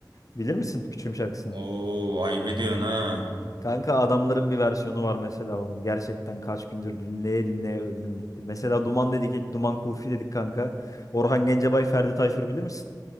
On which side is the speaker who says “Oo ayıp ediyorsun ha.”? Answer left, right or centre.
Right